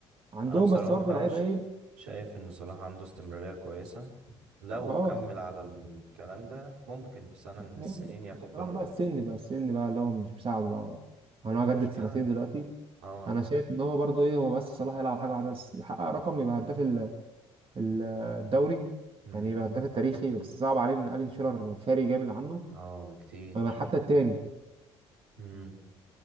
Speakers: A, on the right (about 40°); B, on the right (about 80°).
A: عندهم
B: انا بصراحة
A: بس برضه لعيبه
B: ش-
A: ايه
B: شايف ان صلاح عنده استمرارية كويسة لو
A: لا اه
B: كمل على الكلام ده ممكن في سنة من السنين
A: هي
B: ياخد
A: بصراحه
B: بالون
A: بقى
B: دور
A: السن بقى السن بقى اللي هو مش مساعد بقى انا
B: ايه المشكلة
A: هجدد سنتين دلوقتي
B: اه
A: انا شايف ان هو برضه ايه هو بس صلاح يلعب حاجه واحده بس يحقق رقم يبقى هداف ال- ال- الدوري
B: امم
A: يعني يبقى هداف التاريخي بس صعب عليه ان الين شيرر فارق جامد عنه
B: اه بكتير
A: أما حتى التاني
B: امم